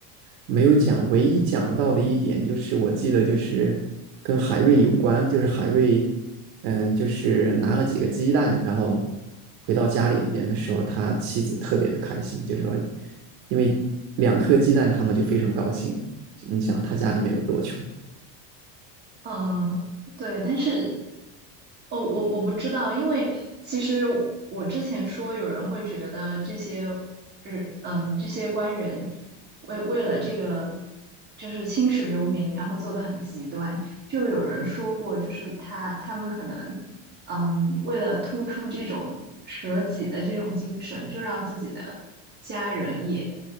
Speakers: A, on the right; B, on the right.
A: 没有讲，唯一讲到的一点就是我记得就是跟海瑞有关，就是海瑞，嗯，就是拿了几个鸡蛋，然后回到家里边的时候，他妻子特别的开心，就说因为两颗鸡蛋，他们就非常高兴。你想他家里面有多穷？
B: 嗯，对，但是哦，我我不知道，因为其实我之前说有人会觉得这些，日嗯，这些官员为为了这个就是青史留名，然后做的很极端，就有人说过，就是他他们可能嗯，为了突出这种舍己的这种精神，就让自己的家人也